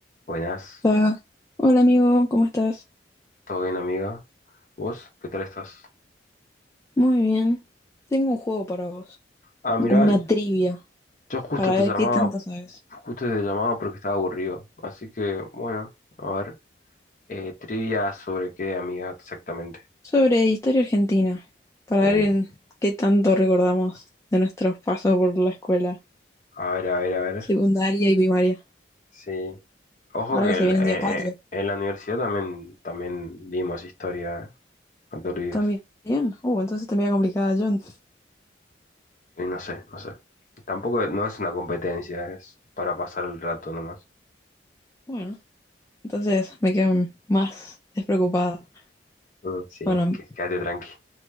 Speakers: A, on the left (about 45°); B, on the left (about 15°).
A: Buenas,
B: Ah, Hola amigo, ¿cómo estás?
A: ¿todo bien, amiga? ¿Vos? ¿Qué tal estás?
B: Muy bien. Tengo un juego para vos,
A: Ah, mira,
B: como una trivia,
A: yo justo
B: para
A: te
B: ver
A: llamaba,
B: qué tanto sabes.
A: justo te llamaba porque estaba aburrido. Así que, bueno, a ver, eh, trivia sobre qué, amiga, exactamente.
B: Sobre historia argentina, para
A: Uh,
B: ver en qué tanto recordamos de nuestros pasos por la escuela
A: a ver, a ver, a ver.
B: secundaria y primaria.
A: Sí. Ojo
B: Ahora
A: que
B: que se
A: en,
B: viene
A: eh,
B: un día patrio.
A: eh, en la universidad también, también dimos historia, eh, No te olvides.
B: También. Uh, entonces te complicada, John.
A: Y no sé, no sé. Tampoco no es una competencia, es para pasar el rato nomás.
B: Bueno, entonces me quedo más despreocupada.
A: Mm, sí,
B: Bueno,
A: que, quédate tranqui.